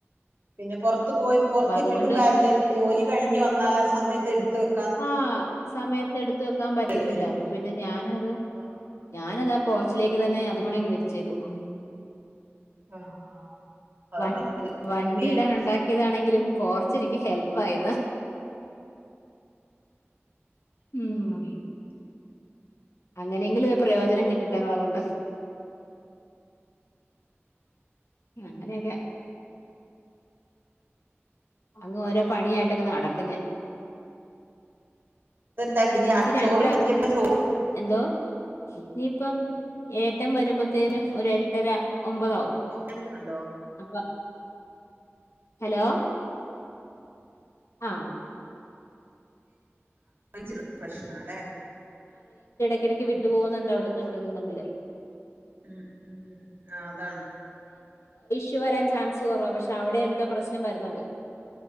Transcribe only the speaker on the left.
അപ്പൊ അതുകൊണ്ട്
ആഹ് സമയത്തെടുത്തുവെക്കാൻ പറ്റത്തില്ല.
അപ്പൊ പിന്നെ ഞാനത് ഞ
ഞാനന്താ പോർച്ചിലേക്ക് തന്നെ അതുംകൂടെ അങ്ങ് വിരിച്ചേക്കും.
വ വണ്ടി
ഇടാൻ
ഉണ്ടാക്കിയതാണെങ്കിലും പോർച്ച് എനിക്ക് ഹെൽപായെന്ന്. ഉം അങ്ങനെയെങ്കിലും ഒരു പ്രയോജനം കിട്ടിട്ടെ അതുകൊണ്ട്. അങ്ങനെയൊക്കെ. അങ്ങ് ഓരോ പണിയായിട്ട് അങ്ങ് നടക്കുഞ്ഞാൻ.
പിന്നെ
എനിക്ക് രണ്ടര
എന്തോ ഇനിയിപ്പം ഏട്ടം വരുമ്പോത്തേനും ഒര് എട്ടര ഒമ്പതാവും.
അപ്പ ഹലോ ആഹ്
ഇടക്ക് വിട്ടു പോകുന്നുണ്ട് അവിടന്ന് ഇവിടന്ന് തമ്മില്.
റ്റ് വരാൻ ചാൻസ് കുറവാ പക്ഷെ അവിടെ എന്തോ പ്രശ്നം വരുന്നുണ്ട്.